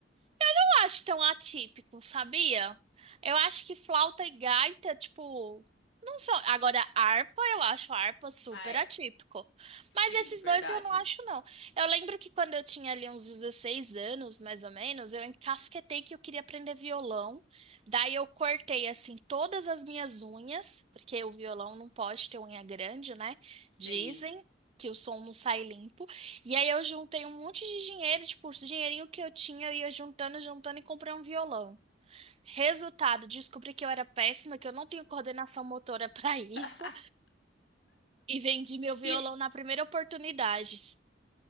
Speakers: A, on the right; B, on the left.
A: não acho tão atípico, sabia? Eu acho que flauta e gaita, tipo, não são. Agora, harpa, eu acho harpa super
B: Ah, é.
A: atípico.
B: Sim,
A: Mas esses
B: verdade.
A: dois eu não acho, não. Eu lembro que quando eu tinha ali uns 16 anos, mais ou menos, eu encasquetei que eu queria aprender violão. Daí eu cortei, assim, todas as minhas unhas, porque o violão não pode ter unha grande, né?
B: Sim.
A: Dizem que o som não sai limpo. E aí eu juntei um monte de dinheiro, tipo, os dinheirinho que eu tinha, eu ia juntando, juntando e comprei um violão. Resultado, descobri que eu era péssima, que eu não tenho coordenação motora <laughs> pra isso
B: <laughs>
A: e vendi meu violão
B: E
A: na primeira oportunidade.